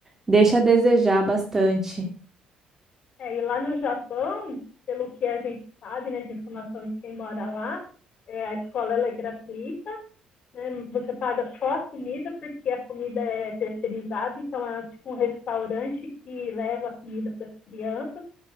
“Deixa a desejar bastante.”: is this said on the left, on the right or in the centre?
Right